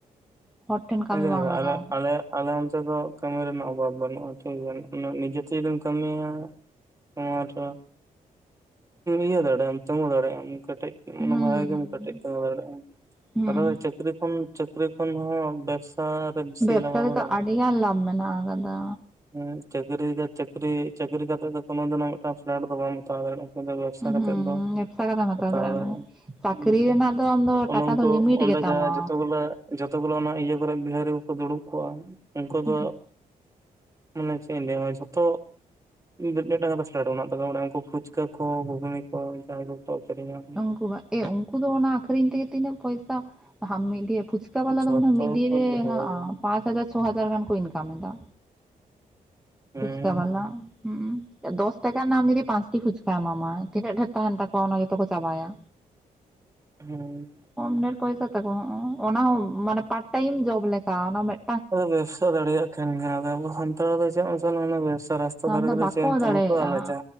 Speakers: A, in the centre; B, on the right.
A: ᱦᱚᱲ ᱴᱷᱮᱱ ᱠᱟᱹᱢᱤ
B: ᱟᱞᱮ
A: ᱵᱟᱝ ᱞᱟᱜᱟᱣ‌ ᱟᱢᱟ᱾
B: ᱟᱞᱮ ᱟᱞᱮ ᱚᱱᱛᱮ ᱫᱚ ᱠᱟᱹᱢᱤ ᱨᱮᱱᱟᱜ ᱚᱵᱷᱟᱵᱽ ᱵᱟᱹᱱᱩᱜᱼᱟ ᱴᱷᱤᱠ ᱜᱮᱭᱟ ᱱᱤᱡᱮᱛᱮ ᱡᱩᱫᱤᱢ ᱠᱟᱹᱢᱤᱭᱟ᱾ ᱱᱚᱣᱟ ᱫᱚ ᱤᱭᱟᱹ ᱫᱟᱲᱮᱭᱟᱜ ᱟᱢ ᱛᱮᱜᱳ ᱫᱟᱲᱮᱭᱟᱜ ᱟᱢ᱾ ᱢᱟᱱᱮ
A: ᱦᱩᱸ
B: ᱵᱷᱟᱜᱮ ᱜᱮᱢ ᱠᱮᱴᱮᱡ ᱛᱮᱜᱳ ᱫᱟᱲᱮᱭᱟᱜᱼᱟ
A: ᱦᱩᱸ᱾
B: <inaudible> ᱪᱟᱹᱠᱨᱤ ᱠᱷᱚᱱ᱾ ᱪᱟᱹᱠᱨᱤ ᱠᱷᱚᱱ ᱦᱚᱸ ᱵᱮᱵᱽᱥᱟ᱾ ᱨᱮ ᱵᱮᱥᱤ
A: ᱵᱮᱵᱥᱟ
B: ᱞᱟᱜᱟᱣ
A: ᱨᱮᱛᱚ
B: ᱵᱟᱲᱟᱭᱟ
A: ᱟᱹᱰᱤ ᱜᱟᱱ ᱞᱟᱵᱷ ᱢᱮᱱᱟᱜ ᱟᱠᱟᱫᱟ᱾
B: ᱦᱮᱸ ᱪᱟᱹᱠᱨᱤ ᱪᱟᱹᱠᱨᱤ ᱪᱟᱹᱠᱨᱤ ᱠᱟᱛᱮᱜ ᱫᱚ ᱠᱳᱱᱳ ᱫᱤᱱ ᱢᱤᱫᱴᱟᱝ ᱯᱷᱞᱮᱴ ᱫᱚ ᱵᱟᱢ ᱦᱟᱛᱟᱣ ᱫᱟᱲᱮᱭᱟᱜᱼᱟ᱾ ᱟᱫᱚ ᱵᱮᱵᱥᱟ
A: ᱦᱩᱸ
B: ᱠᱟᱛᱮᱫ ᱫᱚ
A: ᱵᱮᱵᱽᱥᱟ ᱠᱟᱛᱮᱢ
B: ᱦᱟᱛᱟᱣ
A: ᱫᱟᱲᱮᱭᱟᱜᱼᱟ᱾
B: ᱫᱟᱲᱮᱼᱟᱢ᱾
A: ᱪᱟᱹᱠᱨᱤ
B: ᱦᱩ
A: ᱨᱮᱱᱟᱜ ᱫᱚ ᱟᱢ ᱫᱚ
B: ᱳᱱᱳ-ᱳᱝᱠᱳ
A: ᱴᱟᱠᱟ ᱫᱚ ᱞᱤᱢᱤᱴ
B: ᱠᱳ ᱚᱸᱰᱮ
A: ᱜᱮᱛᱟᱢᱟ᱾
B: ᱡᱟᱦᱟᱸ ᱡᱚᱛᱚ ᱜᱩᱞᱳ ᱡᱚᱛᱚ ᱜᱩᱞᱳ ᱚᱱᱟ ᱤᱭᱟᱹ ᱠᱚᱨᱮ ᱵᱤᱦᱟᱹᱨᱤ ᱠᱚ ᱠᱚ ᱫᱩᱲᱩᱵ ᱠᱚᱜᱼᱟ ᱩᱝᱠᱳ
A: ᱦᱩᱸ
B: ᱫᱚ ᱢᱟᱱᱮ ᱪᱮᱜ ᱤᱧ ᱞᱟᱹᱭᱟ ᱡᱷᱚᱛᱚ <unintelligible> ᱠᱟᱛᱮᱫ <unintelligible> ᱢᱮᱱᱟᱜ ᱛᱟᱠᱚᱣᱟ ᱢᱟᱱᱮ ᱩᱱᱠᱩ ᱯᱷᱩᱪᱠᱟᱹ ᱠᱚ ᱜᱷᱩᱜᱱᱤ ᱠᱚ ᱡᱟᱦᱟᱸᱭ ᱫᱚ ᱠᱚ ᱟᱠᱷᱤᱧᱟ᱾
A: ᱩᱝᱠᱩ ᱵᱟ ᱮ ᱩᱝᱠᱩ ᱫᱚ ᱚᱱᱟ ᱟᱠᱷᱨᱤᱧ ᱛᱮᱜᱮ ᱛᱤᱱᱟᱹᱜ ᱯᱚᱭᱥᱟ ᱢᱤᱫ ᱫᱤᱭᱮ ᱯᱷᱩᱪᱼᱼ ᱯᱷᱩᱪᱠᱟᱹ ᱵᱟᱞᱟ
B: ᱡᱷᱚᱛᱚ
A: ᱫᱚ ᱢᱚᱱᱮ ᱦᱚᱭ ᱢᱤᱫ ᱫᱤᱱ
B: ᱠᱚ
A: ᱨᱮ
B: ᱵᱤᱦᱟᱨᱤ
A: ᱦᱚᱸᱜ-ᱚ ᱯᱟᱸᱪ ᱦᱟᱡᱟᱨ ᱪᱷᱚ ᱦᱟᱡᱟᱨ ᱜᱟᱱ ᱠᱚ ᱤᱱᱠᱟᱢ ᱮᱫᱟ᱾
B: ᱦᱮᱸ
A: ᱯᱷᱩᱪᱠᱟ ᱵᱟᱞᱟ
B: <inaudible>
A: ᱦᱩᱸ ᱫᱚᱥ ᱴᱟᱠᱟ ᱨᱮᱱᱟᱜ ᱟᱢ ᱡᱩᱫᱤ ᱯᱟᱸᱪᱴᱤ ᱯᱷᱩᱪᱠᱟ ᱮᱢᱟ ᱢᱟᱭ ᱛᱤᱱᱟᱹᱜ ᱰᱷᱮᱨ ᱛᱟᱦᱮᱱ ᱛᱟᱠᱚᱣᱟ ᱚᱱᱟ ᱡᱚᱛᱚ ᱠᱚ ᱪᱟᱵᱟᱭᱟ᱾
B: ᱦᱩᱸ
A: ᱠᱚᱢ ᱰᱷᱹᱮᱨ ᱯᱚᱭᱥᱟ ᱛᱟᱠᱚ ᱚᱱᱟ ᱦᱚᱸ ᱢᱟᱱᱮ ᱯᱟᱨᱴ ᱴᱟᱭᱤᱢ ᱡᱚᱵ ᱞᱮᱠᱟ ᱚᱱᱟ ᱢᱮᱫᱼᱼ
B: ᱟᱫᱚ ᱵᱮᱵᱽᱥᱟ ᱫᱟᱲᱮᱭᱟᱜ ᱠᱷᱟᱱ ᱜᱮ ᱟᱫᱚ ᱟᱵᱚ ᱥᱟᱱᱛᱟᱲ ᱫᱚ ᱪᱮᱫ ᱢᱟᱥᱮ ᱱᱚᱜ ᱱᱚᱣᱟ ᱵᱮᱵᱽᱥᱟ ᱨᱟᱥ ᱛᱟ
A: ᱟᱢ
B: ᱫᱷᱟᱨᱮ
A: ᱫᱚ
B: ᱠᱚ ᱨᱮ
A: ᱵᱟᱠᱚ
B: ᱪᱮᱫ ᱮᱢ ᱛᱤᱸᱜᱩ
A: ᱫᱟᱲᱮᱭᱟᱜᱼᱟ
B: ᱠᱚᱜ-ᱟ ᱞᱟᱡᱟ